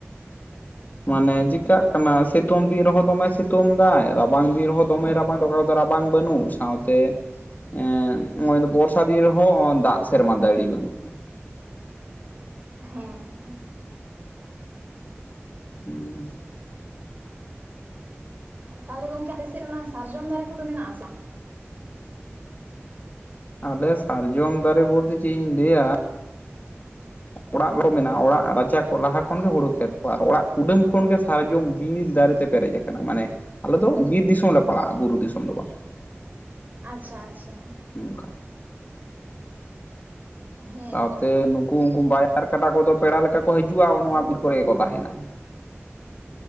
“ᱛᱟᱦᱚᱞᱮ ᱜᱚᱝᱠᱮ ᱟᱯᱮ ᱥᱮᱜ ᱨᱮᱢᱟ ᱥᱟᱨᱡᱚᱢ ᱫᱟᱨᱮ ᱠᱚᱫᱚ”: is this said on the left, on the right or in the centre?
Right